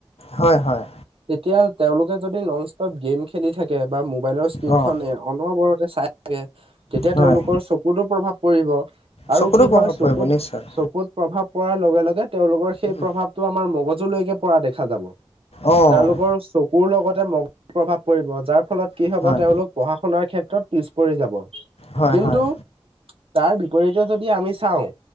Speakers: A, on the left; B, on the right.
A: হয় হয়।
B: তেতিয়া তেওঁলোকে যদি নন ষ্টপ গেম খেলি থাকে বা মোবাইলৰ স্ক্ৰিন
A: অ',
B: খন অনবৰতে চাই থাকে তেতিয়া
A: হয়।
B: তেওঁলোকৰ চকুতো প্ৰভাৱ পৰিব আৰু
A: চকুতো
B: কি
A: প্ৰভাৱ
B: হয়
A: পৰিব
B: চকুত
A: নিশ্চয়।
B: চকুত প্ৰভাৱ পৰাৰ লগে লগে তেওঁলোকৰ সেই
A: উম,
B: প্ৰভাৱটো আমাৰ মগজুলৈকে পৰা দেখা যাব
A: অ',
B: তেওঁলোকৰ চকুৰ লগতে ম--জুৰ প্ৰভাৱ পৰিব যাৰ ফলত কি হব
A: হয়,
B: তেওঁলোক পঢ়া শুনাৰ ক্ষেত্ৰত পিছ পৰি যাব
A: হয়,
B: কিন্তু
A: হয়।
B: তাৰ বিপৰীতে যদি আমি চাওঁ